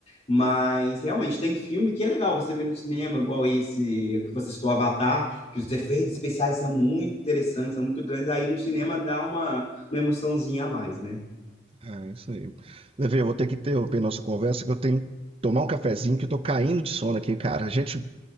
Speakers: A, on the left; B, on the right.
A: Mas realmente tem filme que é legal você ver no cinema, igual esse que você citou, Avatar, que os efeitos especiais são muito interessantes, são muito grandes. Aí no cinema dá uma, uma emoçãozinha a mais, né?
B: É, isso aí. Levei, eu vou ter que interromper nossa conversa, que eu tenho que tomar um cafezinho, que eu tô caindo de sono aqui, cara. A gente,